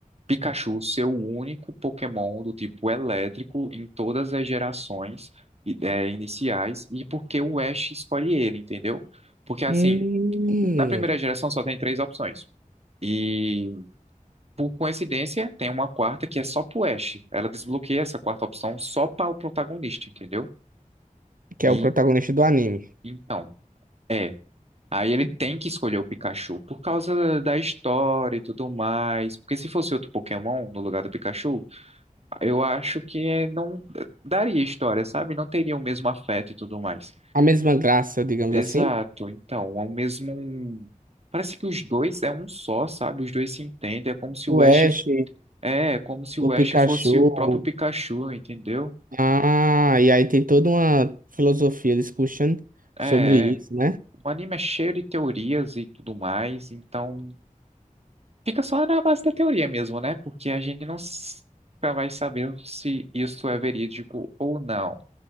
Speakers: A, on the right; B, on the right.
A: Pikachu ser o único Pokémon do tipo elétrico em todas as gerações i- é, iniciais e porque o Ash escolhe ele, entendeu? Porque assim,
B: Hum.
A: na primeira geração só tem três opções. E por coincidência, tem uma quarta que é só pro Ash. Ela desbloqueia essa quarta opção só para o protagonista, entendeu?
B: que
A: E
B: é o protagonista do anime.
A: então. É, Aí ele tem que escolher o Pikachu por causa da história e tudo mais. Porque se fosse outro Pokémon no lugar do Pikachu, eu acho que eh, não daria história, sabe? Não teria o mesmo afeto e tudo mais.
B: A mesma graça, digamos
A: Exato.
B: assim.
A: Então, é o mesmo. um, Parece que os dois é um só, sabe? Os dois se entendem. É como se
B: O
A: o Ash
B: Ash,
A: é, é como se o
B: o Pikachu.
A: Ash fosse o próprio Pikachu, entendeu?
B: Ah, e aí tem toda uma filosofia discussion
A: É,
B: sobre isso,
A: é.
B: né?
A: O anime é cheio de teorias e tudo mais, então Fica só na base da teoria mesmo, né? Porque a gente não s- nunca vai saber se isso é verídico ou não.